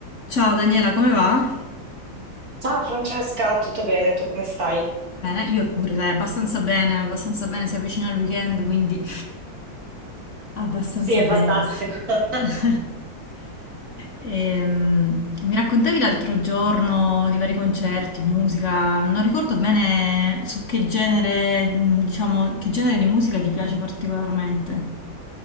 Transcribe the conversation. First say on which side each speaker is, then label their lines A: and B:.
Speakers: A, on the left; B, on the right.
A: Ciao Daniela, come va?
B: Ciao Francesca, tutto bene? Tu come stai?
A: Bene, io pure, dai, abbastanza bene, abbastanza bene, si avvicina il weekend, quindi abbastanza
B: Sì, è
A: bene.
B: fantastico. <laughs>
A: <laughs> Ehm, mi raccontavi l'altro giorno di vari concerti, musica, non ricordo bene su che genere, mh, diciamo, che genere di musica ti piace particolarmente.